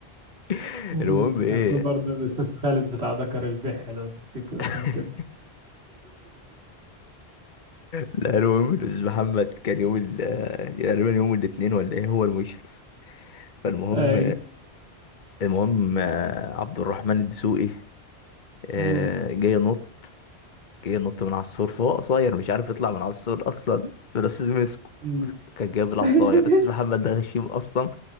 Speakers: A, on the left (about 50°); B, on the right (about 75°).
A: <laughs>
B: مم.
A: المهم ايه
B: كان فيه برضه الأستاذ خالد بتاع ذكر البح لو تفتكروا
A: <laughs>
B: كان كده
A: لا المهم الاستاذ محمد كان يوم ال- تقريبا يوم الاثنين ولا ايه هو المشرف فالمهم
B: أي
A: المهم آه، عبد الرحمن الدسوقي آه،
B: مم.
A: جاي ينط جه نط من على السور فهو قصير مش عارف يطلع من على السور اصلا فالاستاذ مسكه
B: مم.
A: كان جايب العصايه
B: <laughs>
A: الاستاذ محمد ده غشيم اصلا